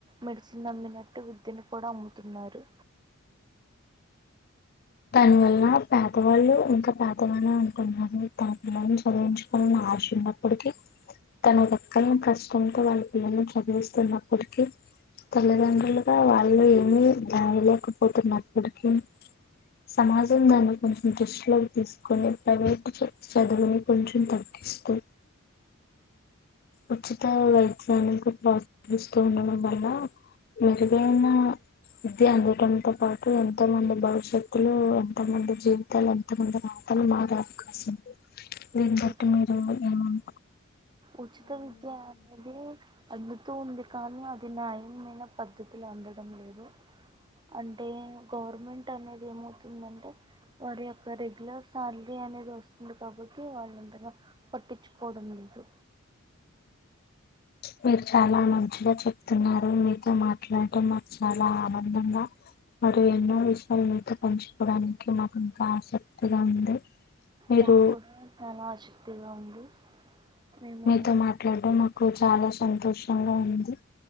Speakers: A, on the right (about 20°); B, on the left (about 45°).
A: మెడిసిన్ అమ్మినట్టు విద్యని కూడా అమ్ముతున్నారు
B: దాని వల్ల పేదవాళ్ళు ఇంకా పేదగానే ఉంటున్నారని, తన పిల్లల్ని చదివించుకోవాలని ఆశ ఉన్నప్పటికి, తన ఎక్కని కష్టంతో వాళ్ళ పిల్లల్ని చదివిస్తున్నప్పటికి, తల్లిదండ్రులుగా వాళ్ళు ఏమి దాయలేకపోతున్నప్పటికి సమాజం దాన్ని కొంచెం దృష్టిలోకి తీసుకొని ప్రైవేటు చదు చదువుని కొంచెం తగ్గిస్తూ ఉచిత వైద్యానికి ప్రోత్సహిస్తూ ఉండడం వల్ల, మెరుగైన విద్య అందటంతో పాటు, ఎంతో మంది భవిష్యత్తులో, ఎంతో మంది జీవితాలు, ఎంతో మంది రాతలు మారే అవకాశం ఉ దీన్ని బట్టి
A: ఉచి
B: మీరు ఏమన్
A: ఉచిత విద్యాలయదే అంద్ వతూ ఉంది కానీ, అది న్యాయమైన పద్ధతులు అందడం లేదు, అంటే గవర్నమెంట్ అనేది ఏమవుతుందంటే వారి యొక్క రెగ్యులర్ శాలరీ అనేది వస్తుంది, కాబట్టి వాళ్ళంతగా పట్టించుకోవడం లేదు
B: మీరు చాలా మంచిగా చెప్తున్నారు మీతో మాట్లాడటం మాకు చాలా ఆనందంగా, మరి ఎన్నో విషయాలు మీతో పంచుకోడానికి మాకు ఇంకా ఆసక్తిగా ఉంది. మీరు
A: మాక్కూడా చాలా ఆష్ త్తిగా ఉంది మేము
B: మీతో మట్లాడ్డం మాకు పుడు చాలా సంతోషంగా ఉంది